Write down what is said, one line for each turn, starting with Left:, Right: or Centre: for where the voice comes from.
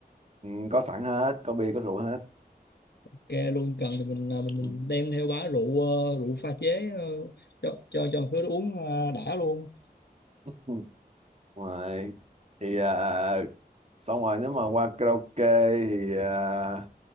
Right: Ừ, có sẵn hết có bia có rượu hết
Left: ok luôn cần thì mình à, mình
Right: Ừ.
Left: mình đem theo bá rượu ờ, rượu pha chế ờ, cho cho cho khứa uống ờ, đã luôn
Right: ừ. Ngoài thì à, xong rồi nếu mà qua karaoke thì à,